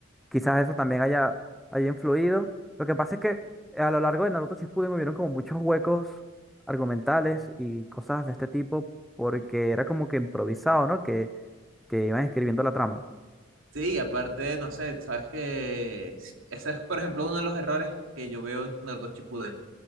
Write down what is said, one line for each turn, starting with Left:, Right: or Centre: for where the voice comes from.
Centre: quizás eso también haya, haya influido. Lo que pasa es que eh, a lo largo de Naruto Shippuden hubieron como muchos huecos argumentales y cosas de este tipo, porque era como que improvisado, ¿no? Que, que iban escribiendo la trama.
Right: Sí, y aparte, no sé, sabes que ese es, por ejemplo, uno de los errores que yo veo en Naruto Shippuden.